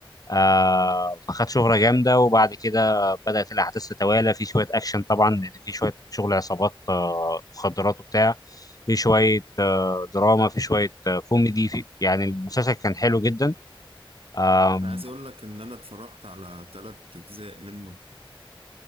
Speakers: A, on the left (about 40°); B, on the right (about 85°).
A: آه فخد شهرة جامدة وبعد كده بدأت الأحداث تتوالى في شوية أكشن طبعا لأن في شوية شغل عصابات آه، مخدرات وبتاع في شوية آه، دراما في شوية آه، كوميدي في يعني المسلسل كان حلو جدا آم،
B: أنا عايز أقول لك إن أنا اتفرجت على تلات أجزاء منه